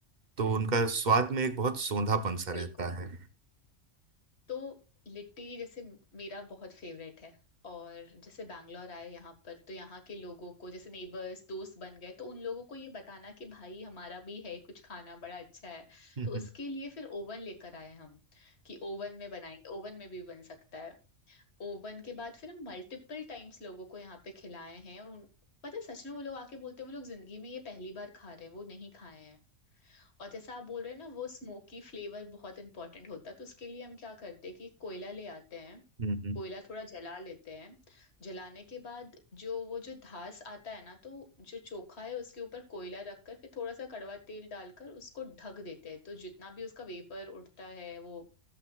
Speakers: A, on the right; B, on the left.
A: तो उनका स्वाद में एक बहुत सोंधापन सा
B: बिल्कुल
A: रहता है
B: तो लिट्टी जैसे मेरा बहुत फेवरेट है और जैसे बैंगलोर आए यहाँ पर तो यहाँ के लोगों को जैसे नेबर्स दोस्त बन गए तो उन लोगों को ये बताना कि भाई हमारा भी है कुछ खाना बड़ा अच्छा है तो
A: <laughs>
B: उसके लिए फिर ओवन लेकर आए हम कि ओवन में बनाएंगे ओवन में भी बन सकता है ओवन के बाद फिर हम मल्टीपल टाइम्स लोगों को यहाँ पे खिलाए हैं और उन पता है सच में वो लोग आके बोलते हैं वो लोग जिंदगी में ये पहली बार खा रहे हैं वो नहीं खाए हैं और जैसा आप बोल रहे हैं ना वो स्मोकी फ्लेवर बहुत इंपॉर्टेंट होता है तो उसके लिए हम क्या करते हैं कि कोयला ले आते हैं
A: जी
B: कोयला थोड़ा जला लेते हैं जलाने के बाद जो वो जो धास आता है ना तो जो चोखा है उसके ऊपर कोयला रखकर फिर थोड़ा सा कड़वा तेल डालकर उसको ढक देते हैं तो जितना भी उसका वेपर उड़ता है वो